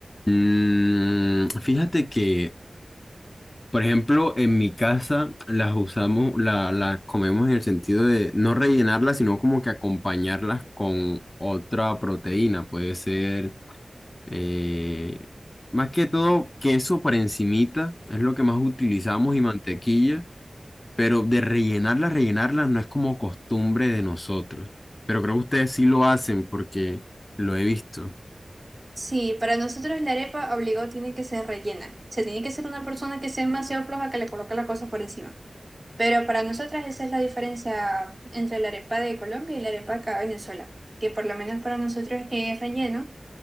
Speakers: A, on the left (about 30°); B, on the right (about 30°).
A: Mm, fíjate que, por ejemplo, en mi casa las usamos, la, las comemos en el sentido de no rellenarlas, sino como que acompañarlas con otra proteína. Puede ser, eh, más que todo, queso por encimita, es lo que más utilizamos y mantequilla. pero de rellenarlas, rellenarlas no es como costumbre de nosotros. Pero creo que ustedes sí lo hacen porque lo he visto.
B: Sí, para nosotros la arepa obligado tiene que ser rellena. Se tiene que ser una persona que sea demasiado floja que le coloque la cosa por encima. Pero para nosotras esa es la diferencia entre la arepa de Colombia y la arepa acá de Venezuela, que por lo menos para nosotros es relleno